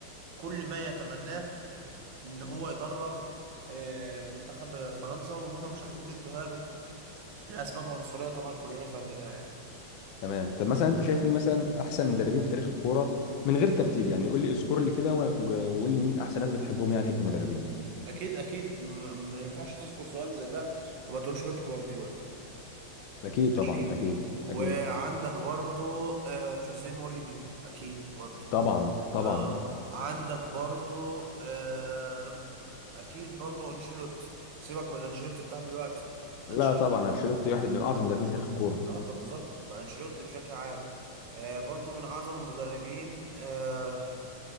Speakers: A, on the right (about 65°); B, on the left (about 75°).
A: كل ما يتمناه ان هو يدرب آه، منتخب فرنسا وهم مش عايزين يدوها له لاسباب عنصريه طبعا كلنا فاهمينها يعني
B: تمام طب مثلا انت شايف مين مثلا احسن مدربين في تاريخ الكوره من غير ترتيب يعني قول لي اذكر لي كده و- و- وقول لي مين احسن ناس بتحبهم يعني كمدربين
A: اكيد اكيد م- ما ينفعش تذكر سؤال زي ده وما تقولش بيب جوارديولا
B: اكيد
A: ماشي
B: طبعا اكيد
A: وعندك
B: اكيد
A: برضو آه، جوزيه مورينيو اكيد برضو
B: طبعا طبعا
A: آه، عندك برضو آه، اكيد برضو انشيلوتي سيبك من انشيلوتي بتاع دلوقتي
B: لا
A: انشيلوتي
B: طبعا انشيلوتي واحد من اعظم المدربين في تاريخ الكوره
A: اه طب بالظبط فانشيلوتي بشكل عام آه برضو من اعظم المدربين آه